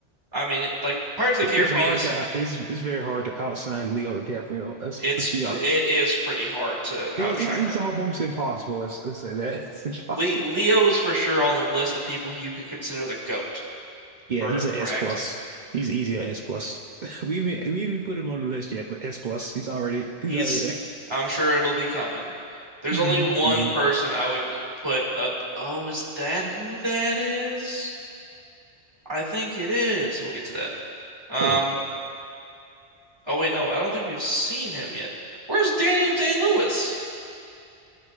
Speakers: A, on the right (about 25°); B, on the right (about 50°).
A: I mean, it, like Pirates of
B: It-
A: the Caribbean
B: It's hard
A: is
B: to, it's, it's very hard to outsign Leo DiCaprio. Let's,
A: it's
B: let's be
A: pr-
B: honest.
A: it is pretty hard to
B: It,
A: outshine
B: it, it's
A: him.
B: almost impossible. Let's, let's say that. <laughs> It's impossible.
A: Le Leo is for sure on the list of people who you could consider the goat
B: Yeah.
A: for
B: He's an
A: for
B: S
A: acting.
B: plus. He's easy an S plus. <laughs> We even, we even put him on the list yet, but S plus. He's already, he's
A: He's
B: already there.
A: I'm sure it'll be coming. There's
B: hmm
A: only one
B: hmm
A: person I would put up. Oh, is that who that is? I think it is. We'll get to that. Um.
B: Who?
A: Oh wait, no, I don't think we've seen him yet. Where's Daniel Day-Lewis?